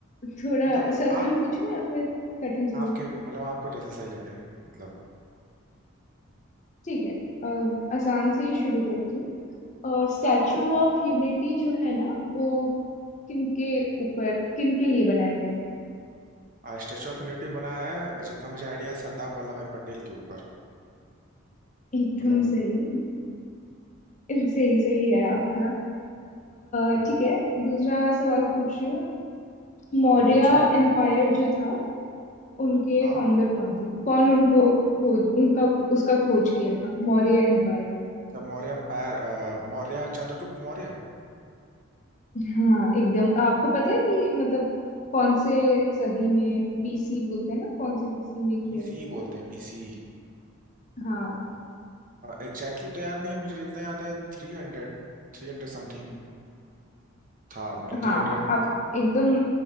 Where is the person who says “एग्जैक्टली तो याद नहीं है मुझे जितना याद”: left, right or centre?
Right